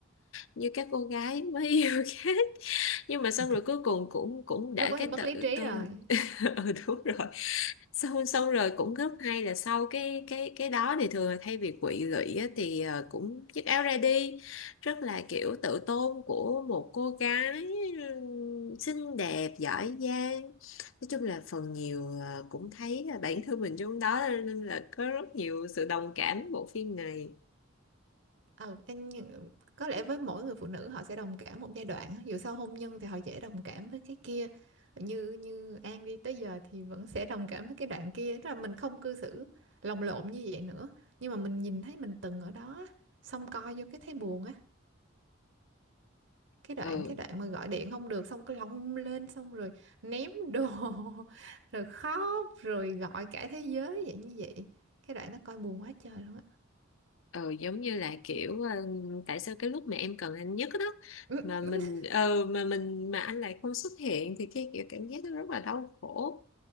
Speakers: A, on the left; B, on the right.
A: như các cô gái mới <laughs> yêu khác nhưng mà xong
B: Ờ,
A: rồi cuối cùng cũng cũng để
B: lúc đó
A: cái
B: thì mất
A: tự
B: lý trí
A: tôn
B: rồi
A: <laughs> ừ đúng rồi xong xong rồi cũng rất hay là sau cái cái cái đó thì thường là thay vì quỵ lụy á, thì ờ, cũng chiếc áo ra đi rất là kiểu tự tôn của một cô gái ừm, xinh đẹp giỏi giang nói chung là phần nhiều ờ, cũng thấy là bản thân mình trong đó nên là có rất nhiều sự đồng cảm với bộ phim này
B: ờ em như- có lẽ với mỗi người phụ nữ họ sẽ đồng cảm một giai đoạn á. dù sau hôn nhân thì họ dễ đồng cảm với cái kia như như An đi tới giờ thì vẫn sẽ đồng cảm với cái đoạn kia tức là mình không cư xử lồng lộn như vậy nữa nhưng mà mình nhìn thấy mình từng ở đó á, xong coi vô cái thấy buồn á cái đoạn
A: ừ
B: cái đoạn mà gọi điện không được xong cái lông lên xong rồi ném đồ <laughs> rồi khóc rồi gọi cả thế giới vậy như vậy cái đoạn nó coi buồn quá trời luôn
A: ừ giống như là kiểu ờ, tại sao cái lúc mà em cần anh nhất đó
B: á
A: mà mình ờ mà mình mà anh lại không xuất hiện thì cái kiểu cảm giác nó rất là đau khổ